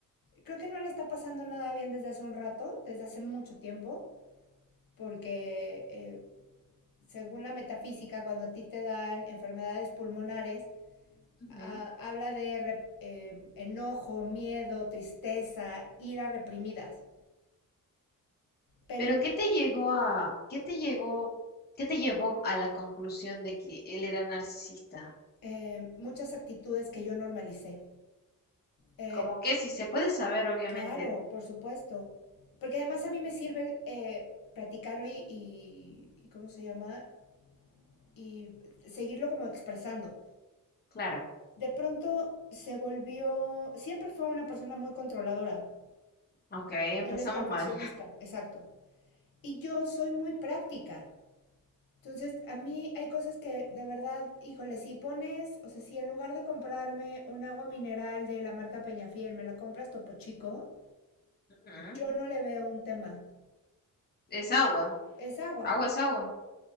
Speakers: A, on the left (about 80°); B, on the left (about 30°).
A: Creo que no le está pasando nada bien desde hace un rato, desde hace mucho tiempo, porque eh, según la metafísica, cuando a ti te dan enfermedades pulmonares,
B: Ujú.
A: Ah, habla de rep- eh, enojo, miedo, tristeza, ira reprimidas, pero
B: Pero
A: no,
B: ¿qué te llegó a, qué te llegó, qué te llevó a la conclusión de que él era narcisista?
A: eh, muchas actitudes que yo normalicé. Eh,
B: Como que si se puede saber, obviamente.
A: claro, por supuesto, porque además a mí me sirve eh, platicarlo y, y- y ¿cómo se llama? Y seguirlo como expresando.
B: Clara.
A: De pronto se volvió, siempre fue una persona muy controladora.
B: Ok, empezamos
A: Él es perfeccionista,
B: mal.
A: exacto. Y yo soy muy práctica. Entonces, a mí hay cosas que de verdad, híjole, si pones, o sea, si en lugar de comprarme un agua mineral de la marca Peñafiel, me la compras Topo Chico,
B: Ujú.
A: yo no le veo un tema.
B: Es agua.
A: Es agua.
B: Agua es agua.